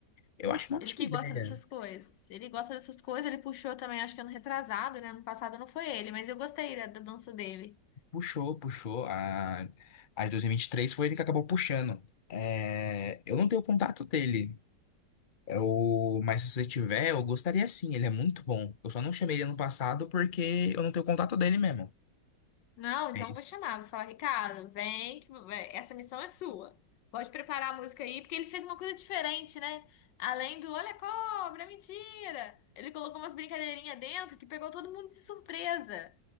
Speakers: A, on the left; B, on the left.
A: Eu acho uma
B: Ele
A: ótima
B: que
A: ideia.
B: gosta dessas coisas. Ele gosta dessas coisas, ele puxou também, acho que ano retrasado, né? Ano passado não foi ele, mas eu gostei da, da dança dele.
A: Puxou, puxou. A, a 2023 foi ele que acabou puxando. É, eu não tenho contato dele. Eu, mas se você tiver, eu gostaria sim. Ele é muito bom. Eu só não chamei ele ano passado porque eu não tenho contato dele mesmo.
B: Não, então
A: É
B: eu
A: isso.
B: vou chamar, vou falar, Ricardo, vem, que vai- essa missão é sua. Pode preparar a música aí, porque ele fez uma coisa diferente, né? Além do olha a cobra, mentira! Ele colocou umas brincadeirinhas dentro que pegou todo mundo de surpresa.